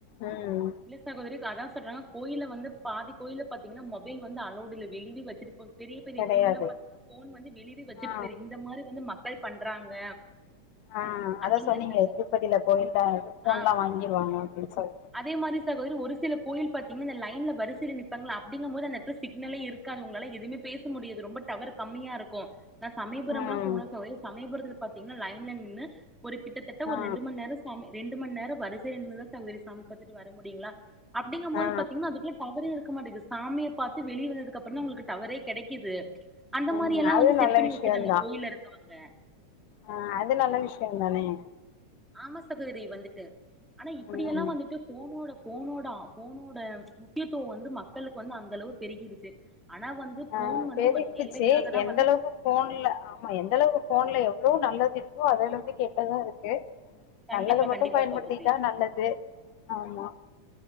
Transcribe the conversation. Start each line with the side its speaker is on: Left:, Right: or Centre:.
Left: ம் ம்
Centre: இல்ல சகோதரி அதா சொல்றாங்க கோயில்ல வந்துப் பாதி கோயில்ல பாத்தீங்கனா மொபைல் வந்து அலோவ்டு இல்ல வெளியவே வச்சுட்டு போய் பெரியப் பெரியக்
Left: கெடையாது
Centre: கோயிலாம் பாத்தீங்னாப் ஃபோன் வந்து வெளியவே வச்சுட்டுப்
Left: ஆ
Centre: போய்ரு இந்த மாரி வந்து மக்கள் பண்றாங்க
Left: ஆ அதா
Centre: அப்டிங்கறதுக்காக
Left: சொன்னீங்லே திருப்பதில கோயில்லா செல்போன்லா
Centre: ஆ
Left: வாங்கிருவாங்க அப்டின் சொல்
Centre: அதே மாரி சகோதரி ஒரு சில கோயில் பாத்தீங்னா இந்த லைன்ல வரிசைல நிப்பாங்ளா அப்டிங்கம் போது அந்த எட்த்துல சிக்னலே இருக் க்காது உங்ளால எதுமே பேச முடியாது ரொம்ப டவர் கம்மியாருக்கு நா சமயபுரம்லா
Left: ம்
Centre: போன சகோதரி சமயபுரத்துல பாத்தீங்னா லைன்ல நின்னு ஒரு கிட்டத்தட்ட
Left: ஆ
Centre: ஒரு ரெண்டு மண் நேரச் சாமி ரெண்டு மண் நேரோ வரிசைல நின்னுதா சகோதரி சாமிப் பாத்துட்டு வர முடியுங்ளா அப்டிங்கம் போது
Left: ஆ
Centre: பாத்தீங்னா அதுக்குள்ள டவரே இருக்க மாட்டுகுது சாமியப் பாத்து வெளிய வந்ததுக்கப்பறந்தா உங்குளுக்கு டவரே கெடைக்கிது அந்த மாரி
Left: ம்
Centre: எல்லா
Left: அது
Centre: வந்து செட்
Left: நல்ல
Centre: பண்ணி
Left: விஷயந்தா
Centre: வச்சர்றாங்க கோயில்ல இருக்கவங்க
Left: ஆ அது நல்ல விஷ்யந்தானே
Centre: ஆமா சகோதிரி வந்துட்டு ஆனா இப்பிடியெல்லா
Left: ம்
Centre: வந்துட்டு ஃபோனோட ஃபோனோட ஆ ஃபோனோட முக்கியத்துவ வந்து மக்களுக்கு வந்து அந்தளவு பெருகிடுச்சு ஆனா வந்து ஃபோன்
Left: ஆ
Centre: வந்து
Left: பெருகிடுச்சு
Centre: ஒரு தேவைக்காகதா
Left: எந்த
Centre: வந்து
Left: அளவுக்கு ஃபோன்ல ஆமா எந்த அளவுக்கு ஃபோன்ல எந்தளவு நல்லது இருக்கோ அதே அளவுக்கு கெட்டது இருக்கு
Centre: கண்டிப்பா
Left: நல்லது மட்டு
Centre: கண்டிப்பா
Left: பயன்படுத்திகிட்டா
Centre: சகோதரி
Left: நல்லது ஆமா